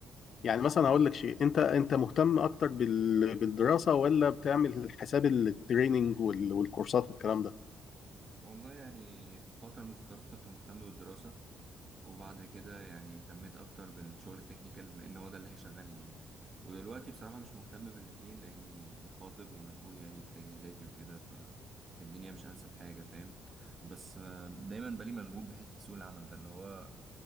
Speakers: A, on the left (about 55°); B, on the right (about 35°).
A: يعني مثلا هقول لك شيء انت انت مهتم اكتر بال- بالدراسه ولا بتعمل حساب التريننج وال- والكورسات والكلام ده
B: والله يعني في فترة من الفترات كنت مهتم بالدراسة وبعد كده يعني اهتميت اكتر بالشغل التكنيكال بما ان هو ده اللي هيشغلني يعني ودلوقتي بصراحة مش مهتم بالاتنين لاني يعني خاطب ومشغول يعني بتجهيزاتي وكده فالدنيا مش انسب حاجة فاهم بس آه، دايما بالي مشغول بحتة سوق العمل ده اللي هو